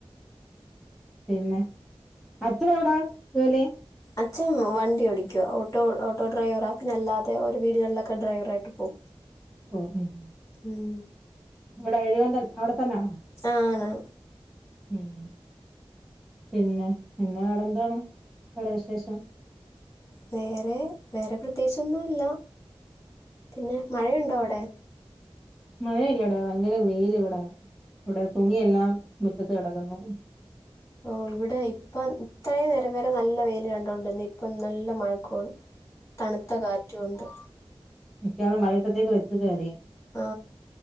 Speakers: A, in the centre; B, on the left.
A: പിന്നെ അച്ഛൻ എവിടാ ജോലി
B: അച്ഛൻ വണ്ടി ഓടിക്കുക ഓട്ടോ ഓട്ടോ ഡ്രൈവറാ പിന്നെ അല്ലാതെ ഒരു വീടുകളിലൊക്കെ ഡ്രൈവറായിട്ട് പോകും
A: ആ ഉ ഉ <unintelligible>
B: ഉം
A: ഇവിടെ എഴുകൻ തന്ന അവിടെ തന്നെണോ
B: ആണ്
A: ഉം പിന്നെ പിന്നെ വേരെ എന്താണ് അവിടെ വിശേഷം
B: വേറെ വേറെ പ്രത്യേകിച്ച് ഒന്നുംയില്ല പിന്നെ മഴയുണ്ടോ അവിടെ
A: മഴ ഇല്ലെടാ ഭയങ്കര വെയല് ഇവിടെ ഇവിടെ തുണിയെല്ലാം മിറ്റത്ത് കെടക്കുന്നു
B: ഓ ഇവിടെ ഇപ്പ ഇത്രയും നേരം വേരെ നല്ല വെയില് കണ്ടൊടിരുന്നയാ ഇപ്പം നല്ല മഴക്കോള് തണുത്ത കാറ്റും ഒണ്ട്
A: മിക്കാറും വൈകിട്ടത്തേക്ക് വച്ചത് കാര്യമായി
B: ആ